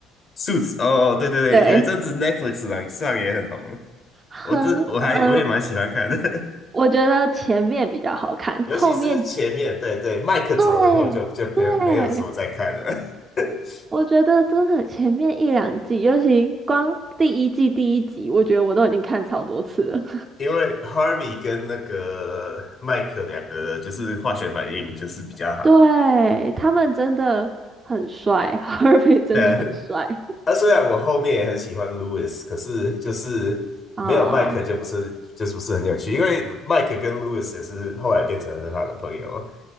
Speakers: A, on the left (about 30°); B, on the right (about 20°).
A: Suits <laughs> 哦，对对对，
B: 对，
A: 有一阵子 Netflix 上上也很红，
B: 很嗯、
A: 我这我还我也蛮喜欢看的。
B: 呃我觉得前面比较好看，
A: 尤其是前面，
B: 后面
A: 对对，麦克走了以后就就别没有什么再看了，
B: 对对，
A: <laughs>
B: 我觉得真的前面一两季，尤其光第一季第一集，我觉得我都已经看超多次了。
A: 因为 Harvey 跟那个麦克两个人就是化学反应就是比较好。
B: <laughs> 对，他们真的很帅，<laughs> 哈尔滨真的很帅
A: 对啊，那虽然我后面也很喜欢 Lewis，可是就是没有麦克就不是就是不是很有趣，
B: 啊。
A: 因为麦克跟 Lewis 也是后来变成很好的朋友，